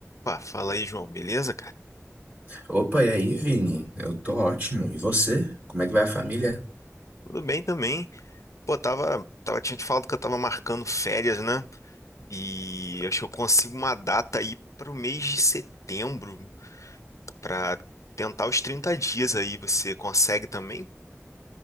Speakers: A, on the left (about 80°); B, on the right (about 40°).
A: Opa, fala aí, João. Beleza, cara?
B: Opa, e aí, Vini? Eu tô ótimo. E você? Como é que vai a família?
A: Tudo bem também. Pô, tava, tava, tinha te falado que eu tava marcando férias, né? E acho que eu consigo uma data aí pro mês de setembro pra tentar os 30 dias aí. Você consegue também?